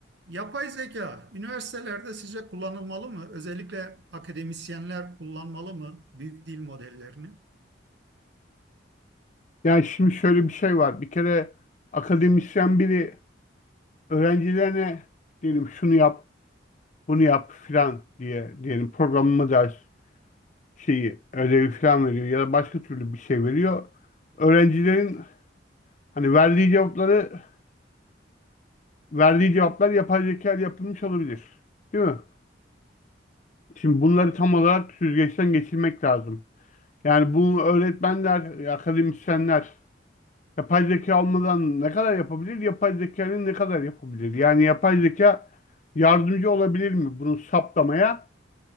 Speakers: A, on the right (about 65°); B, on the left (about 40°).
A: Yapay zeka üniversitelerde sizce kullanılmalı mı? Özellikle akademisyenler kullanmalı mı büyük dil modellerini?
B: Yani şimdi şöyle bir şey var. Bir kere akademisyen biri öğrencilerine diyelim şunu yap, bunu yap filan diye diyelim programlama ders şeyi, ödevi filan veriyor ya da başka türlü bir şey veriyor. Öğrencilerin hani verdiği cevapları, verdiği cevaplar yapay zeka ile yapılmış olabilir. Değil mi? Şimdi bunları tam olarak süzgeçten geçirmek lazım. Yani bu öğretmenler, akademisyenler Yapay zeka olmadan ne kadar yapabilir? Yapay zekanın ne kadar yapabilir? Yani yapay zeka yardımcı olabilir mi bunu saptamaya?